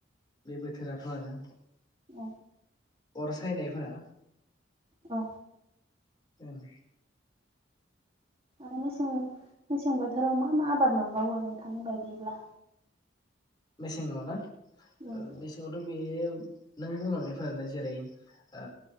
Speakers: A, on the left; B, on the right.
A: बे बोथोराथ' आरो
B: औ
A: ओ अर सायनायफोरा
B: औ
A: ओं
B: आरो मेसें मेसें बो बोथोराव मा मा आबाद मोनबावो नोंथांनि बायदिब्ला
A: मेसेङाव ना
B: उम
A: ओ मेसेंआवथ' बे नों बुंलांनायफोरानो जेरै ओ